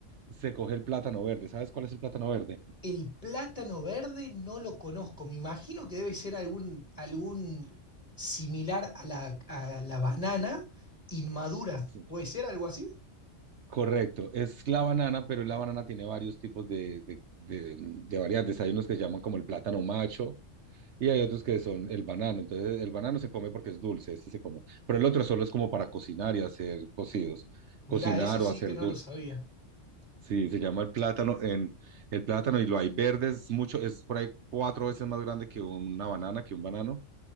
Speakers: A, on the right; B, on the left.
A: se coge el plátano verde. ¿Sabes cuál es el plátano verde?
B: El plátano verde no lo conozco. Me imagino que debe ser algún, algún similar a la, a la banana inmadura.
A: Sí.
B: ¿Puede ser algo así?
A: Correcto, es la banana, pero la banana tiene varios tipos de, de, de, de variantes. Hay unos que llaman como el plátano macho y hay otros que son el banano. Entonces, el banano se come porque es dulce, este se come. Pero el otro solo es como para cocinar y hacer cocidos,
B: Mirá,
A: cocinar
B: eso sí
A: o hacer
B: que no
A: dulce.
B: lo sabía.
A: Sí, se llama el plátano en el plátano y lo hay verde, es mucho, es por ahí cuatro veces más grande que una banana, que un banano.